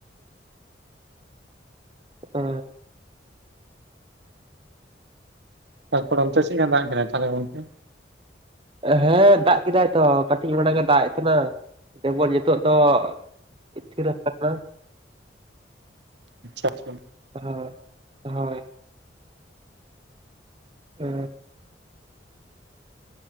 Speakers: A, on the right; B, on the right.
A: ᱚ
B: ᱛᱟᱨᱯᱚᱨ ᱚᱱᱛᱮ ᱪᱮᱫᱠᱟ ᱫᱟᱜ ᱠᱮᱫᱟᱭ ᱛᱟᱞᱦᱮ ᱜᱚᱝᱠᱮ?
A: ᱦᱮᱸ ᱫᱟᱜ ᱠᱮᱫᱟᱭ ᱛᱚ ᱠᱟᱹᱴᱤᱡ ᱢᱟᱲᱟᱝ ᱮ ᱫᱟᱜ ᱮᱜ ᱛᱮᱱᱟ ᱡᱮᱢᱚᱱ ᱱᱤᱛᱚᱜ ᱫᱚ ᱠᱟᱹᱡ ᱛᱷᱤᱨ ᱠᱟᱱᱟ
B: ᱟᱪᱪᱷᱟ ᱟᱪᱪᱷᱟ᱾
A: ᱦᱳᱭ ᱦᱳᱭ ᱚ